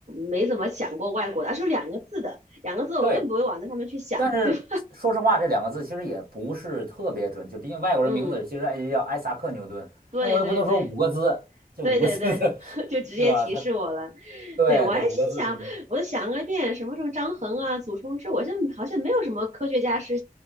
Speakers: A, on the right; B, on the right.
A: 没怎么想过外国的，而是两个字的，两个字我更不会往那上面去想，
B: 对，但是说实话，
A: 对吧？
B: 这两个字其实也不是特别准确，毕竟外国人名字其实哎叫艾萨克牛顿，
A: <laughs> 嗯，对对对
B: 那我又不能说五个字，这五个字是，
A: 对对对，<laughs>
B: <laughs>
A: 就直接提示我了。
B: 对吧？他对这五个字是那
A: 对，我还心想，我就想个遍，什么什么张衡啊、祖冲之，我就好像没有什么科学家是